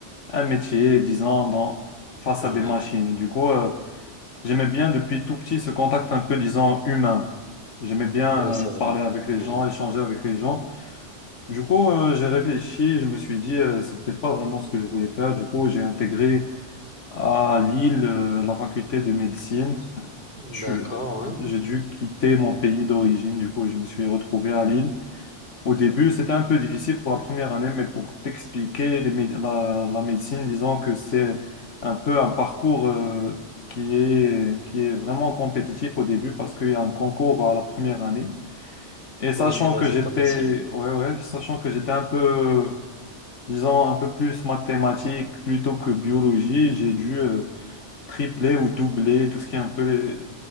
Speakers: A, on the left (about 80°); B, on the left (about 40°).
A: un métier, disons, dans, face
B: ouais,
A: à des machines? Du coup, euh, j'aimais bien depuis tout petit ce contact un peu, disons, humain. J'aimais bien,
B: oui, c'est
A: euh, parler
B: vrai,
A: avec les
B: ouais,
A: gens, échanger avec les gens. Du coup, euh, j'ai réfléchi, je me suis dit, euh, c'était pas vraiment ce que je voulais faire. Du coup, j'ai intégré à Lille, euh, la faculté de médecine,
B: d'accord,
A: je-
B: ouais.
A: j'ai dû quitter mon pays d'origine, du coup, je me suis retrouvé à Lille. Au début, c'était un peu difficile pour la première année, mais pour t'expliquer, les méde- la, la médecine, disons que c'est un peu un parcours euh, qui est, qui est vraiment compétitif au début parce qu'il y a un concours à la première année. Et sachant
B: Oui, c'est vrai,
A: que
B: c'est
A: j'étais,
B: pas facile.
A: ouais, ouais, sachant que j'étais un peu, disons, un peu plus mathématique plutôt que biologie, j'ai dû euh, tripler ou doubler tout ce qui est un peu les,